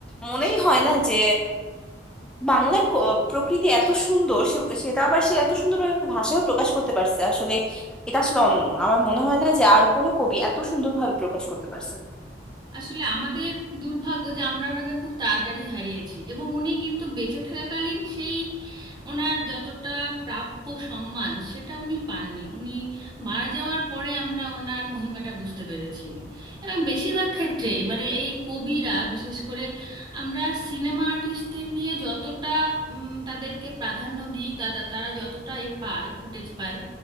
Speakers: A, in the centre; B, on the right.
A: মনেই হয় না যে বাংলার ক- প্রকৃতি এত সুন্দর সে সেটা আবার সে এত সুন্দরভাবে ভাষায় প্রকাশ করতে পারছে আসলে এটা আসলে অনন্য আমার মনে হয় না যে আর কোনো কবি এত সুন্দরভাবে প্রকাশ করতে পারছে
B: আসলে আমাদের দুর্ভাগ্য যে আমরা ওনাকে খুব তাড়াতাড়ি হারিয়েছি এবং উনি কিন্তু বেঁচে থাকাকালীন সেই ওনার যতটা প্রাপ্য সম্মান সেটা উনি পাননি উনি মারা যাওয়ার পরে আমরা ওনার মহিমাটা বুঝতে পেরেছি এবং বেশিরভাগ ক্ষেত্রে এবারে এই কবিরা বিশেষ করে আমরা সিনেমা আর্টিস্টদের নিয়ে যতটা উম, তাদেরকে প্রাধান্য দিই তারা তারা যতটা এ পায় ফুটেজ পায়